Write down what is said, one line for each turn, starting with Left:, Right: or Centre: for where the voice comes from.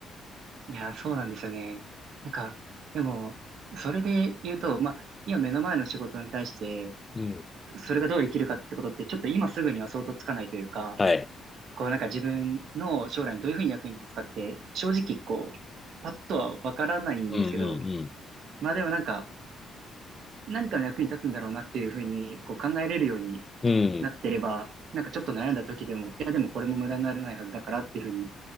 Right: いや、そうなんですよね。なんか、でも、それで言うと、まあ、今目の前の仕事に対して、
Left: うん。うん。
Right: それがどう生きるかってことって、ちょっと今すぐには想像つかないというか、
Left: はい。
Right: こうなんか自分の将来にどういうふうに役に立つかって、正直こう、パッとはわからないんですけど、
Left: うんうん
Right: まあでもなんか、何かの役に立つんだろうなっていうふうに、こう考えれるように
Left: うん。
Right: なってれば、なんかちょっと悩んだ時でも、いやでもこれも無駄にならないはずだからっていうふうに、